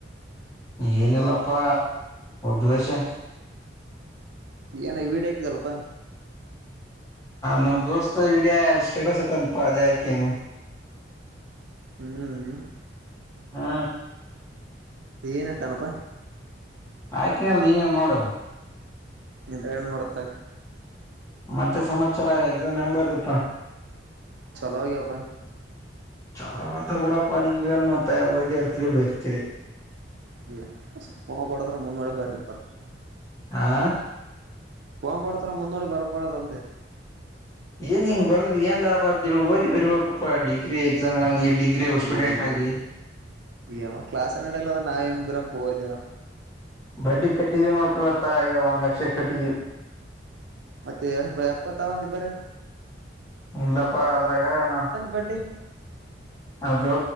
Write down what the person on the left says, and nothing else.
ಏನಿಲ್ಲಪ್ಪ ದೋಸೆ
ನಮ್ ದೋಸ್ತ ವಿಡಿಯೋ ಸ್ಟೇಟಸ್ ಇತ್ತಾನಪ್ಪ ಅದೇ ಹಾಕಿನಿ
ಹ್ಮಾ
ಹಾಕೊಂಡ್ ನೀನೇ ನೂಡ
ಮತ್ತೆ ಸಮಾಚಾರ ಎಕ್ಸಾಮ್ ಹೆಂಗ್ ಬರೆದಪ್ಪ
ಚಲೋ ಆಗಿರ್ತ ಬಿಡಪ್ಪ ನಿಮ್ಮದೇನು ಮತ್ತೆ ಓದಿರ್ತೀರಿ ಬರಿತೀರಿ
ಹಾ
ಏನ್ ಹಿಂಗ್ ಬರೋದು ಏನ್ ಲಾಭ ತಿಳ ಓದಿ ಬೇಕಪ್ಪ ಡಿಗ್ರಿ ಎಕ್ಸಾಮ್ ಡಿಗ್ರಿ ಸ್ಟೂಡೆಂಟ್
ಆಗಿ
ಬಡ್ಡಿ ಕಟ್ಟಿದಿವ ನೋಡಪ ಇವತ್ತ ಒಂದ್ ಲಕ್ಷ ಕಾಯಿಡಿವಿ
ಇಲ್ಲಪ್ಪ ಅದರಾಗ ನ
ಅದು